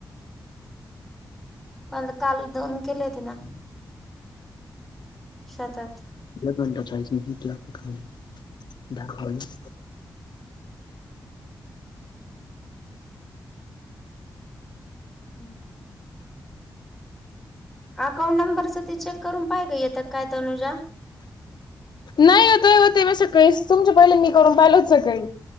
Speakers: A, in the centre; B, on the left.
A: झालं काल दोन केलेवते ना. सातात
B: <unintelligible>
A: <unintelligible> अकाउंट नंबरच ते चेक करून पाहि ग येत काय तनुजा.
B: नाही होतय ओ ते मी सकाळीच, तुमच्या पहिले मी करून पाहिलो सकाळी.